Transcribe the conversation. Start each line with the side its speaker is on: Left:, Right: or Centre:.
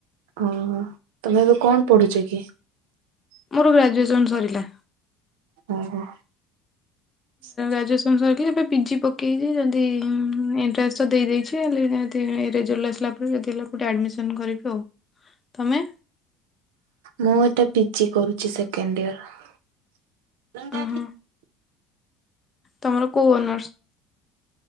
Right: ଓ ତମେ ଏବେ କଣ ପଢୁଛ କି?
Left: ମୋର ଗ୍ରାଜୁଏସନ୍ ସରିଲା।
Right: ହୁଁ ହୁଁ। <inaudible>
Left: ଗ୍ରାଜୁଏସନ୍ ସରିଲା ଏବେ ପିଜି ପକେଇଛି ଯଦି ଏଣ୍ଟସ ଦେଇଦେଇଛି ଯଦି ରେଜଲ୍ଟ ଆସିଲା ପରେ ଯଦି ହେଲା ଗୋଟେ ଆଡମିସନ କରିବି ଆଉ ତମେ?
Right: ମୁଁ ଏଇଟା ପିଜିି କରୁଛି ସେକଣ୍ଡ ଇୟର।
Left: ଓହୋ ତମର କୋଉ ଅନର୍ସ?